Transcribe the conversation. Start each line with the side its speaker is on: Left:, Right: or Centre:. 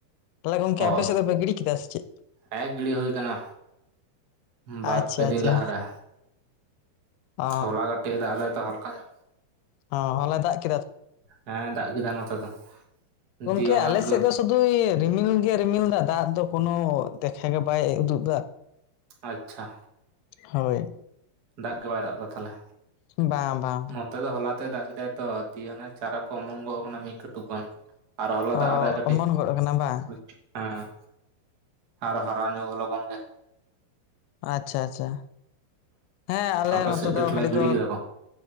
Left: ᱛᱟᱦᱞᱮ ᱜᱚᱝᱠᱮ
Right: ᱚ
Left: ᱟᱯᱮ ᱥᱮᱫ ᱫᱚᱯᱮ ᱜᱤᱰᱤ ᱠᱮᱫᱟ ᱥᱮ ᱪᱮᱫ?
Right: ᱦᱮᱸ ᱜᱤᱲᱤ ᱦᱩᱭ ᱠᱟᱱᱟ᱾ ᱵᱟᱨᱯᱮ
Left: ᱟᱪᱪᱷᱟ
Right: ᱫᱤᱱ
Left: ᱟᱪᱪᱷᱟ
Right: ᱞᱟᱦᱟᱨᱮ
Left: ᱚ
Right: ᱦᱚᱞᱟ ᱠᱟᱹᱴᱤᱡ ᱮ ᱫᱟᱜ ᱫᱟᱭ ᱛᱚ ᱦᱟᱞᱠᱟ ᱧᱚᱜ᱾
Left: ᱚᱸ ᱦᱚᱞᱟ ᱫᱟᱜ ᱠᱮ
Right: ᱦᱮᱸ ᱫᱟᱜ ᱠᱮᱫᱟᱭ ᱱᱚᱛᱮ ᱫᱚ
Left: ᱜᱚᱝᱠᱮ
Right: ᱫᱤᱭᱮ ᱚᱱᱟ
Left: ᱟᱞᱮ ᱥᱮᱫ
Right: ᱠᱚ
Left: ᱫᱚ ᱨᱤᱢᱤᱞ ᱜᱮ ᱨᱤᱢᱤᱞ ᱫᱟ ᱫᱟᱜ ᱫᱚ ᱠᱳᱱᱳ ᱫᱮᱠᱷᱟ ᱜᱮ ᱵᱟᱭ ᱩᱫᱩᱜ ᱫᱟ᱾
Right: ᱟᱪᱪᱷᱟ
Left: ᱦᱳᱭ
Right: ᱫᱟᱜ ᱜᱮ ᱵᱟᱭ ᱫᱟᱜ ᱫᱟ ᱛᱟᱦᱞᱮ᱾
Left: ᱵᱟᱝ ᱵᱟᱝ,
Right: ᱱᱚᱛᱮ ᱫᱚ ᱦᱚᱞᱟ ᱛᱮᱭ ᱫᱟᱜ ᱠᱮᱫᱟᱭ ᱛᱚ ᱫᱤᱭᱮ ᱦᱟᱱᱮ ᱪᱟᱨᱟ ᱠᱚ ᱚᱢᱚᱱ ᱜᱚᱜ ᱠᱟᱱᱟ ᱢᱤᱫ ᱠᱟᱹᱴᱩᱵ ᱜᱟᱱ᱾ ᱟᱨ ᱦᱚᱞᱟ
Left: ᱚ
Right: ᱫᱟᱜ ᱟᱫᱟᱭ ᱠᱟᱹᱴᱤᱡ
Left: ᱚᱢᱚᱱ
Right: <unintelligible>
Left: ᱜᱚᱫ ᱠᱟᱱᱟ ᱵᱟᱝ
Right: ᱦᱮᱸ ᱟᱨᱦᱚᱸ ᱦᱟᱨᱟ ᱧᱚᱜᱚᱱ ᱞᱚᱜᱚᱱ ᱜᱮ᱾
Left: ᱟᱪᱪᱷᱟ ᱟᱪᱪᱷᱟ, ᱦᱮᱸ ᱟᱞᱮ
Right: ᱟᱯᱮ ᱥᱮᱫ
Left: ᱱᱚᱛᱮ
Right: ᱜᱮ
Left: ᱫᱚ
Right: ᱛᱟᱦᱚᱞᱮ
Left: ᱠᱟᱹᱴᱤᱡ
Right: ᱜᱤᱲᱤ
Left: ᱠᱚ
Right: ᱠᱮᱫᱟ